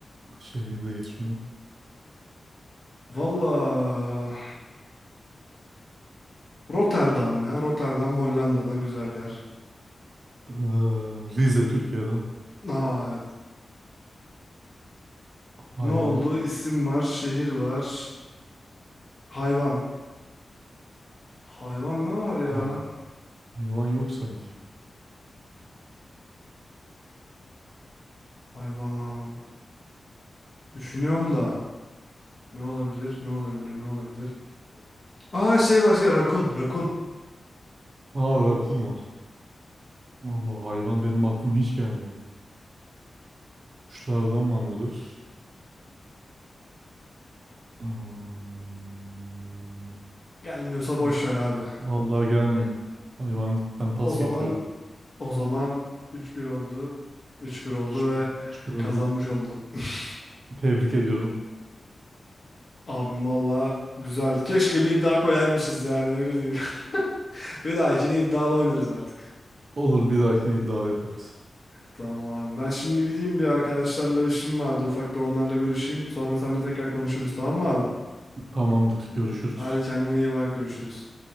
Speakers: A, on the right; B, on the left.
A: Şehirdeyiz şu an.
B: Valla Rotterdam ya. Rotterdam Hollanda'dan güzel yer.
A: Ee, Rize Türkiye'den.
B: Aa, evet.
A: Hayvan.
B: Ne oldu? İsim var, şehir var. Hayvan. Hayvan ne var ya?
A: Hay hayvan yok sanki.
B: Hayvan. Düşünüyorum da. Ne olabilir? Ne olabilir? Ne olabilir? Aa şey var şey rakun. Rakun.
A: Aa rakun var. Vallahi hayvan benim aklıma hiç gelmiyor. Kuşlardan var mıdır? Hmm.
B: Gelmiyorsa boş
A: Ah,
B: ver abi.
A: Vallahi gelmiyor. Hayvan ben
B: O
A: pas
B: zaman
A: geçiyorum.
B: o zaman üç bir oldu. üç bir oldu
A: Hiçbir,
B: ve
A: hiçbir oldu.
B: kazanmış oldum. <laughs>
A: Tebrik ediyorum.
B: <clears throat> Abim valla güzeldi. Keşke bir iddia koyaymışız yani öyle diyeyim. <laughs> Bir daha yine iddialı oynarız artık.
A: Olur bir dahakine iddia yaparız.
B: Tamam abi. Ben şimdi gideyim bir arkadaşlarla işim vardı. Ufak bir onlarla görüşeyim. Sonra seninle tekrar konuşuruz tamam mı abi?
A: Tamamdır görüşürüz.
B: Hadi kendine iyi bak görüşürüz.